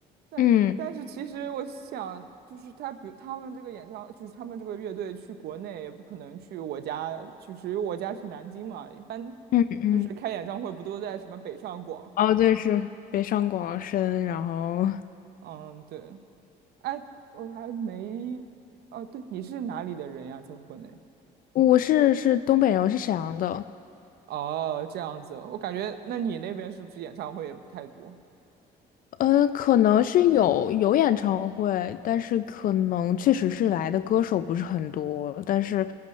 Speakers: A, on the right; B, on the left.
A: 但但是其实我想，
B: 嗯
A: 就是他比他们这个演唱，就是他们这个乐队去国内也不可能去我家，就是因为我家是南京嘛，一般
B: 嗯嗯，
A: 就是开演唱会不都在什么北上广？
B: 哦，对，是北上广深，然后
A: 嗯，对。哎，我还没，哦，对，你是哪里的人呀？在国内？
B: 我是是东北人，我是沈阳的。
A: 哦，这样子，我感觉那你那边是不是演唱会也不太多？
B: 呃，可能是有有演唱会，但是可能确实是来的歌手不是很多。但是，